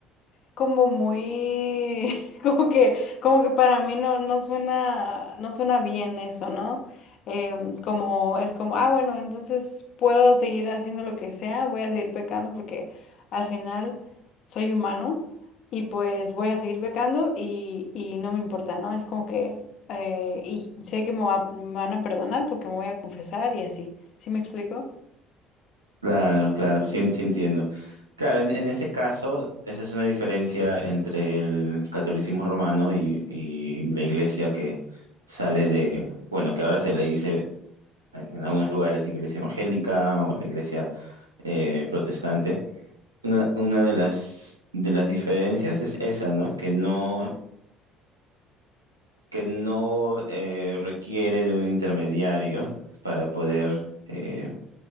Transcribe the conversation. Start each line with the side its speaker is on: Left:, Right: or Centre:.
Left: como muy, <laughs> como que, como que para mí no, no suena, no suena bien eso, ¿no? Em, como es como, ah, bueno, entonces puedo seguir haciendo lo que sea, voy a seguir pecando porque al final soy humano y pues voy a seguir pecando y, y no me importa, ¿no? Es como que, eh, y sé que me va- me van a perdonar porque me voy a confesar y así. ¿Sí me explico?
Right: Claro, claro, sí, sí entiendo. Claro, en, en ese caso, esa es una diferencia entre el catolicismo romano y, y la iglesia que sale de, bueno, que ahora se le dice en, en algunos lugares iglesia evangélica o la iglesia eh, protestante. Una, una de las, de las diferencias es esa, ¿no? Que no, que no eh, requiere de un intermediario para poder, eh,